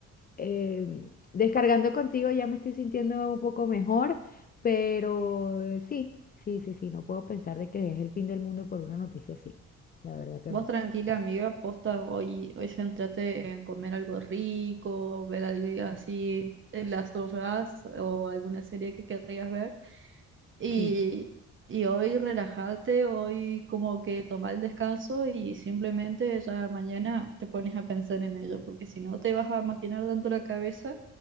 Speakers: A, on the left; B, on the right.
A: eh, descargando contigo ya me estoy sintiendo un poco mejor, pero eh, sí, sí, sí, sí, no puedo pensar de que es el fin del mundo por una noticia así. La verdad que
B: Vos
A: no.
B: tranquila, amiga, posta, hoy, hoy centrate en comer algo rico, ver algo así en las horas o alguna serie que querrías ver Y,
A: Sí.
B: y hoy relájate, hoy como que toma el descanso y simplemente ya mañana te pones a pensar en ello, porque si no te vas a maquinar tanto la cabeza